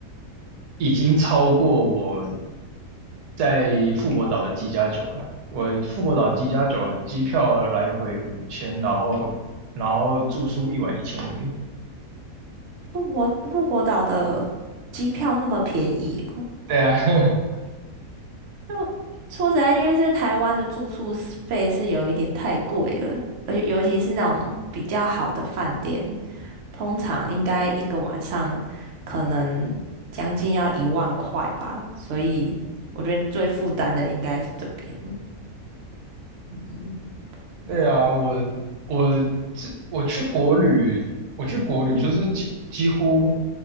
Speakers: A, on the right; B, on the right.
A: 已经超过我在富国岛的机加九了。我富国岛机加九机票来回五千，然后然后住宿一晚一千而已。
B: 富国富国岛的机票那么便宜哦，
A: 对啊，<laughs>
B: 就说实在，因为是台湾的住宿是费是有一点太贵了，而且尤其是那种比较好的饭店，通常应该一个晚上可能将近要一万块吧，所以我觉得最负担的应该是这边。嗯，对，
A: 对啊，我我这我去国旅，我去国旅就是几几乎